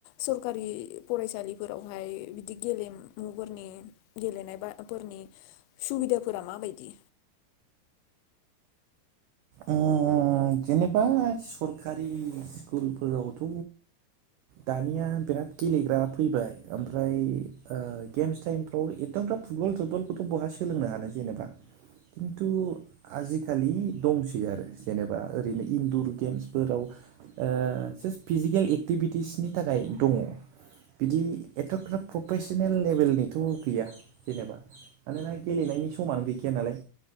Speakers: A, on the left; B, on the right.
A: सरखारि फरायसालिफोरावहाय बिदि गेलेमुफोरनि गेलेनाय बा-फोरनि सुबिदाफोरा माबायदि?
B: उम जेनेबा सरखारि स्कुलफोरावथ' दानिया बिराद गेलेग्रा फैबाय ओमफ्राय ओ गेम्स टाइमफ्राव एथ'ग्राब फुटबल थटबलखौथ' बहा सोलोंनो हानो जेनेबा। खिन्थु आजिखालि ब दंसै आरो जेनेबा। ओरैनो इनडुर गेम्सफोराव ओ जास्ट फिजिकेल एक्टिभिटिसनि थाखाय दङ। बिदि एथ'गाब प्रफिसनेल लेभेलनिथ' गैया जेनेबा। मानोना गेलेनायनि समानो गैखाया नालाय।